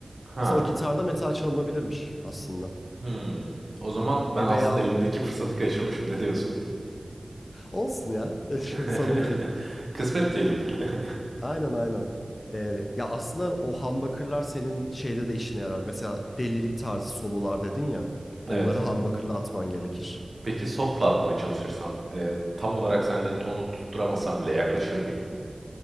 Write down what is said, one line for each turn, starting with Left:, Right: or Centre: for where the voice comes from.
Right: Ha.
Left: Mesela o gitarda metal çalınabilirmiş aslında.
Right: Hmm. O zaman ben
Left: E
Right: aslında
Left: veya
Right: elimdeki fırsatı kaçırmışım. Ne diyorsun?
Left: olsun ya. <laughs>
Right: <laughs>
Left: Sorun değil.
Right: Kısmet diyelim. <laughs>
Left: Aynen aynen. E, ya aslında o humbucker'lar senin şeyde de işine yarar. Mesela delilik tarzı sololar dedin ya. Onları
Right: Evet.
Left: humbucker'la atman gerekir.
Right: Peki soft atmaya çalışırsam e, tam olarak sence tonu tutturamasam bile yaklaşır mıyım?